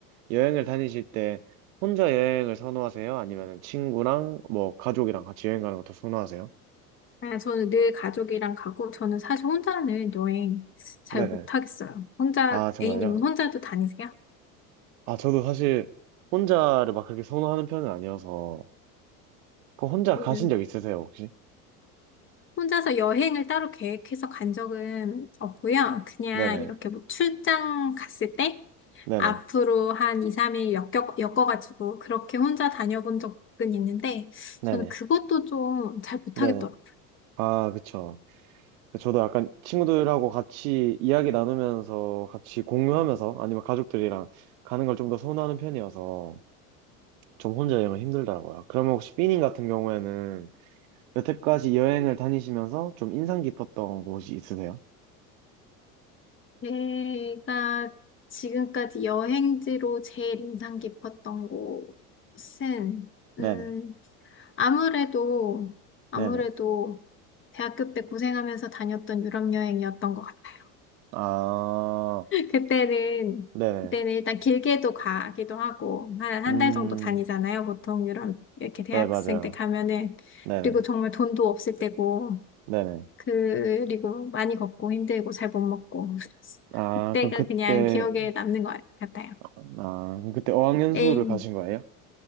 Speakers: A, on the right; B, on the left.
A: 여행을 다니실 때 혼자 여행을 선호하세요? 아니면 친구랑 뭐 가족이랑 같이 여행 가는 것도 선호하세요?
B: 아, 저는 늘 가족이랑 가고, 저는 사실 혼자는 여행 잘
A: 네네.
B: 못하겠어요. 혼자,
A: 아, 정말요?
B: A님은 혼자도 다니세요?
A: 아, 저도 사실 혼자를 막 그렇게 선호하는 편은 아니어서 그 혼자
B: 그,
A: 가신 적 있으세요, 혹시?
B: 혼자서 여행을 따로 계획해서 간 적은 없고요. 그냥
A: 네네.
B: 이렇게 뭐 출장 갔을 때?
A: 네네.
B: 앞으로 한 2, 3일 엮여, 엮어가지고 그렇게 혼자 다녀본 적은 있는데
A: 네네.
B: 저는 그것도 좀 잘 못하겠더라고요.
A: 네네. 아, 그쵸. 저도 약간 친구들하고 같이 이야기 나누면서 같이 공유하면서 아니면 가족들이랑 가는 걸 좀 더 선호하는 편이어서 좀 혼자 여행은 힘들더라고요. 그러면 혹시 삐님 같은 경우에는 여태까지 여행을 다니시면서 좀 인상 깊었던 곳이 있으세요?
B: 제가 지금까지 여행지로 제일 인상 깊었던 곳은
A: 네네.
B: 음, 아무래도 아무래도
A: 네네.
B: 대학교 때 고생하면서 다녔던 유럽 여행이었던 것 같아요.
A: 아,
B: 그때는,
A: 네네.
B: 그때는 일단 길게도 가기도 하고, 한, 한
A: 음,
B: 달 정도 다니잖아요. 보통 유럽, 이렇게 대학생
A: 네, 맞아요.
B: 때 가면은.
A: 네네.
B: 그리고 정말 돈도 없을 때고,
A: 네네.
B: 그리고 많이 걷고 힘들고 잘 못 먹고. 그래서
A: 아,
B: 그때가
A: 그럼 그때,
B: 그냥 기억에 남는 것 같아요.
A: 아, 그럼 그때 어학연수를
B: 에
A: 가신 거예요?